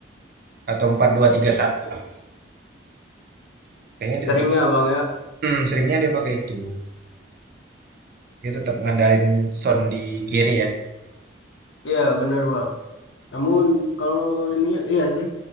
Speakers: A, on the right (about 50°); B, on the left (about 75°).
A: atau empat dua tiga satu lah. Kayaknya dia
B: seringnya
A: tetap
B: Bang ya.
A: hmm, seringnya dia pakai itu. Dia tetap ngandalin Son di kiri ya.
B: Iya, bener Bang. Namun kalau ini iya sih